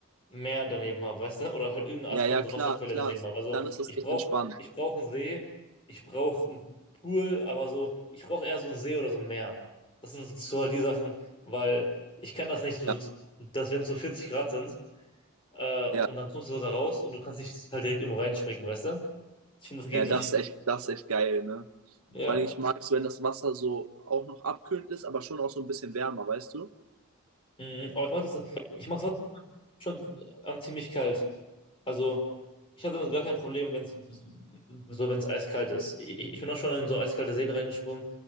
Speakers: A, on the left (about 25°); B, on the right (about 75°).
A: Meer daneben habe, weißt du? Oder halt irgendeine
B: Ja,
A: Art von
B: ja,
A: so
B: klar,
A: Wasserquelle
B: klar.
A: daneben habe. Also
B: Dann ist das
A: ich brauche
B: echt entspannt.
A: ich brauch einen See, ich brauche einen Pool, aber so, ich brauche eher so einen See oder so ein Meer. Das sind so halt die Sachen, weil ich kann das nicht so,
B: Ja,
A: dass wenn es so 40 Grad sind, äh, und
B: ja.
A: dann kommst du so da raus und du kannst nicht halt direkt irgendwo reinspringen, weißt du? Ich finde, das geht
B: Ja,
A: nicht.
B: das ist echt, das ist echt geil, ne?
A: Ja.
B: Vor allem, ich mag es, wenn das Wasser so auch noch abkühlend ist, aber schon auch so ein bisschen wärmer, weißt du?
A: Mhm. Aber ich mach das, ich mach's schon, schon ähm, ziemlich kalt. Also, ich hatte damit gar kein Problem, wenn es so, wenn es eiskalt ist. Ich, ich bin auch schon in so eiskalte Seen reingesprungen.